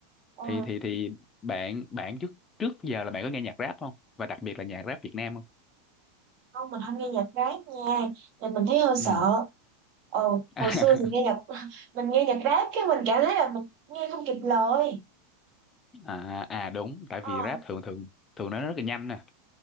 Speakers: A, on the right (about 50°); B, on the left (about 20°).
A: ừ.
B: thì thì thì bạn bạn trước trước giờ là bạn có nghe nhạc rap không và đặc biệt là nhạc rap Việt Nam không
A: không mình không nghe nhạc rap nha thì mình thấy hơi sợ
B: ừ
A: Ồ, hồi
B: <laughs>
A: xưa thì nghe nhạc <laughs> mình nghe nhạc rap cái mình cảm thấy là mình nghe không kịp lời
B: à, à đúng tại
A: ờ
B: vì rap thường thường thường nó rất là nhanh nè